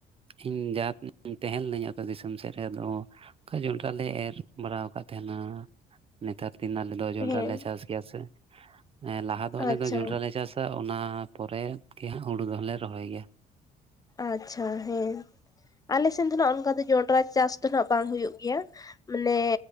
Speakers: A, on the right; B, on the left.
A: ᱤᱧ ᱡᱟᱦᱟᱸ ᱛᱤᱱᱟᱜ ᱤᱧ ᱛᱟᱦᱮᱸ ᱞᱤᱱᱟᱹᱧ ᱟᱹᱛᱳ ᱫᱤᱥᱚᱢ ᱥᱮᱫ ᱨᱮ ᱟᱫᱚ ᱟᱝᱠᱟ ᱡᱚᱸᱰᱨᱟ ᱞᱮ ᱮᱨ ᱵᱟᱲᱟᱣ ᱟᱠᱟᱫ ᱛᱟᱦᱮᱱᱟ ᱱᱮᱛᱟᱨ ᱫᱤᱱ ᱟᱞᱮ ᱫᱚ ᱡᱚᱸᱰᱨᱟ
B: ᱦᱮᱸ
A: ᱞᱮ ᱪᱟᱥ ᱜᱮᱭᱟ ᱥᱮ᱾ ᱮᱸ ᱞᱟᱦᱟ ᱫᱚ ᱟᱞᱮᱫᱚ
B: ᱟᱪᱪᱷᱟ
A: ᱡᱚᱸᱰᱨᱟ ᱞᱮ ᱪᱟᱥ ᱫᱚ ᱚᱱᱟ ᱯᱚᱨᱮ ᱜᱮ ᱦᱟᱸᱜ ᱦᱩᱲᱩ ᱫᱚᱦᱚᱸᱞᱮ ᱨᱚᱦᱚᱭ ᱜᱮᱭᱟ᱾
B: ᱟᱪᱪᱷᱟ ᱦᱮᱸ ᱟᱞᱮ ᱥᱮᱱ ᱫᱚ ᱱᱟᱦᱜ ᱚᱱᱠᱟ ᱫᱚ ᱡᱚᱱᱰᱨᱟ ᱪᱟᱥ ᱫᱚ ᱱᱟᱦᱜ ᱵᱟᱝ ᱦᱩᱭᱩᱜ ᱜᱮᱭᱟ᱾ ᱢᱟᱱᱮ